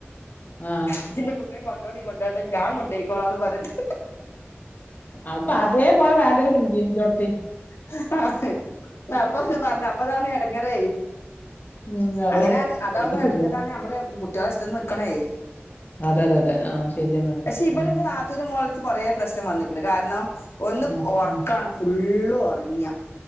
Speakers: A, on the left (about 45°); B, on the left (about 75°).
A: ആ.
B: ജ്ജ്‌ന്റെ കുട്ടിനെ കൊണ്ടോണില്ലങ്കി കൊണ്ടോണ്ട ഞാ കൊണ്ടോയ്ക്കോളാന്ന് പർഞ്ഞ്ട്ട്
A: അപ്പൊ അതേപോലെ വേണ്ടൊരു <unintelligible>
B: ആ <unintelligible> പർഞ്ഞു അപ്പതാണ് എടങ്ങറേയ്
A: ഉം. അതന്നെ.
B: അങ്ങനെ അതാകുമ്പോ
A: എന്താ ചെയ്യാ?
B: എടങ്ങേ താണ് നമ്മള് കുട്ട്യാളെ ഇഷ്ട്ടത്തിന് നിക്കണെയ്
A: അതെ അതെ അതെ. ആ ശരിയെന്നാ.
B: പക്ഷെ ഇവള്
A: ഉം.
B: ന്റെ നാത്തൂന് മോളെട്ത്ത് കൊറേ പ്രശ്നം വന്ന് ട്ട് കാരണം ഒന്ന്
A: ഉം.
B: ഒർക്കാണ്
A: ഉം.
B: ഫുള്ള് ഒർങ്ങാ